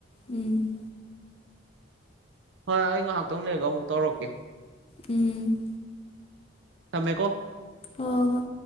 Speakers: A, on the left; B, on the right.
A: ꯎꯝ
B: ꯍꯣꯏ ꯑꯩ ꯉꯥꯏꯍꯥꯛꯇꯪ ꯂꯩꯔꯒ ꯑꯃꯨꯛ ꯇꯧꯔꯛꯀꯦ
A: ꯎꯝ
B: ꯊꯃꯦ ꯀꯣ
A: ꯑꯣ